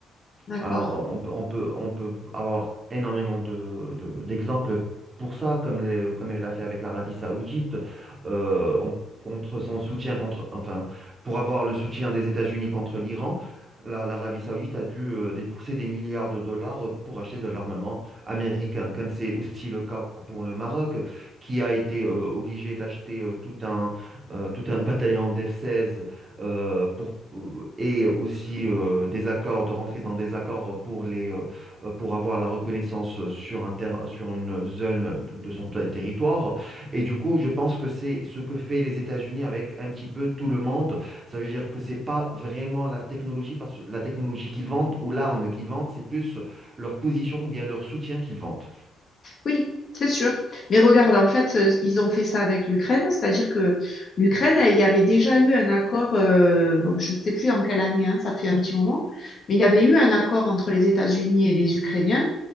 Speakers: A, on the left; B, on the right.
A: d'accord.
B: Alors, on peut, on peut, on peut avoir énormément de, de- d'exemples pour ça, comme, les- comme elle a fait avec l'Arabie Saoudite, euh, on- contre son soutien, contre, enfin, pour avoir le soutien des États-Unis contre l'Iran, la- l'Arabie Saoudite a dû euh, débourser des milliards de dollars pour acheter de l'armement américain, comme c'est aussi le cas pour le Maroc, qui a été euh, obligé d'acheter euh, tout un, euh, tout un bataillon d'F-16 euh, pour, euh, et aussi euh, des accords, de rentrer dans des accords pour les, euh, euh, pour avoir la reconnaissance sur un ter- sur une zone de son ter- territoire. Et du coup, je pense que c'est ce que fait les États-Unis avec un petit peu tout le monde. Ça veut dire que c'est pas vraiment la technologie, parce que la technologie qu'ils vendent ou l'arme qu'ils vendent, c'est plus leur position ou bien leur soutien qu'ils vendent.
A: Oui, c'est sûr. Mais regarde, en fait, euh, ils ont fait ça avec l'Ukraine, c'est-à-dire que l'Ukraine, euh, il y avait déjà eu un accord, euh, donc je ne sais plus en quelle année, hein, ça fait un petit moment, mais il y avait eu un accord entre les États-Unis et les Ukrainiens,